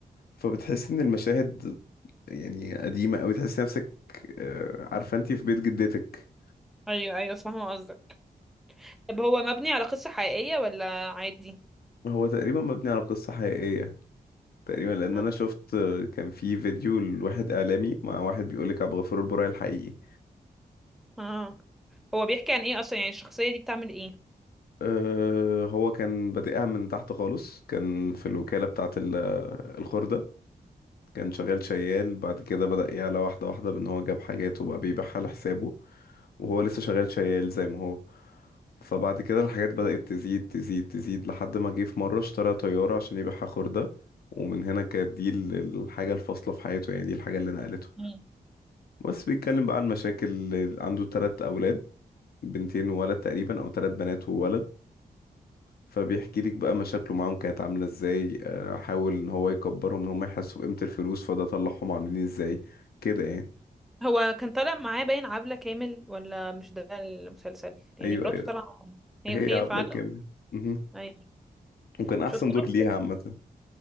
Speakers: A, on the left; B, in the centre.
A: فبتحس ان المشاهد يعني قديمة اوي تحس نفسك آه، عارفة انت في بيت جدتك
B: ايوه ايوه فاهمه قصدك طب هو مبني على قصه حقيقيه ولا عادي
A: هو تقريبا مبني على قصة حقيقية تقريبا لان
B: اه
A: انا شفت آه، كان في فيديو لواحد اعلامي مع واحد بيقولك عبد الغفور البرعي الحقيقي
B: آه. هو بيحكي عن ايه اصلا يعني الشخصيه دي بتعمل ايه
A: أه هو كان بادئها من تحت خالص كان في الوكالة بتاعة ال- الخردة كان شغال شيال بعد كده بدأ يعلى واحدة واحدة بأن هو جاب حاجات وبقى بيبيعها لحسابه وهو لسه شغال شيال زي ما هو فبعد كده الحاجات بدأت تزيد تزيد تزيد لحد ما جه في مرة اشترى طيارة عشان يبيعها خردة ومن هنا كانت دي ال- الحاجة الفاصلة في حياته يعني دي الحاجة اللي نقلته
B: مم.
A: بس بيتكلم بقى عن مشاكل عنده تلات أولاد بنتين وولد تقريبا أو تلات بنات وولد فبيحكي لك بقى مشاكله معاهم كانت عاملة ازاي آه، حاول ان هو يكبرهم ان هم يحسوا بقيمة الفلوس فده طلعهم عاملين ازاي كده يعني
B: هو كان طالع معاه باين عبلة كامل ولا مش ده المسلسل يعني
A: ايوه
B: مراته
A: ايوه
B: طالعه معاه. هي
A: هي عبلة
B: هي فعلا
A: كامل مهم.
B: ايوه
A: وكان احسن
B: شفت
A: دور
B: له
A: ليها عامة